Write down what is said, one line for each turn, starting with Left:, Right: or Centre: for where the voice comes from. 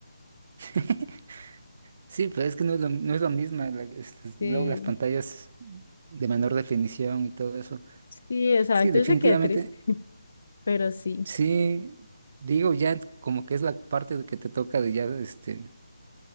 Right: <laughs> Sí, pero es que no es lo, no es lo mismo. la- este,
Left: Sí.
Right: luego las pantallas de menor definición y todo eso.
Left: Sí, exacto,
Right: Sí, definitivamente.
Left: yo sé que triste, pero sí,
Right: Sí, digo, ya como que es la parte de que te toca de ya, este,